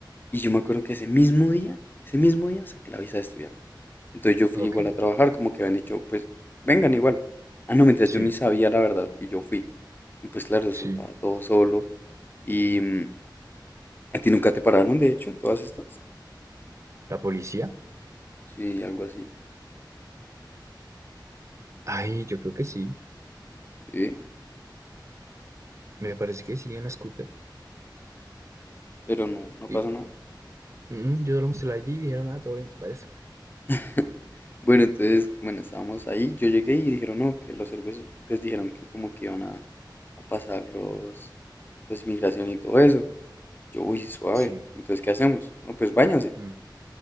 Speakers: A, on the left; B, on the right.
A: Y yo me acuerdo que ese mismo día, ese mismo día saqué la visa de estudiante. Entonces yo fui
B: ok,
A: igual a trabajar, como que habían dicho, pues vengan igual. Ah, no, mientras
B: sí,
A: yo ni sabía la verdad y yo fui. Y pues claro, eso
B: sí.
A: estaba todo solo. Y mm, a ti nunca te pararon, de hecho, en todas estas.
B: ¿La policía?
A: Sí, algo así.
B: Ay, yo creo que sí.
A: ¿sí?
B: Me parece que sí, en la scooter.
A: Pero no, no pasó
B: Y,
A: nada.
B: mm, yo solo mostré la ID y dijeron, ah, todo bien, váyase.
A: <laughs> Bueno, entonces, bueno, estábamos ahí, yo llegué y dijeron, no, que los serbios pues dijeron que como que iban a, a pasar los, pues inmigración y todo eso. Yo, uy, suave,
B: Sí,
A: entonces, ¿qué hacemos? No, pues váyanse.
B: mm,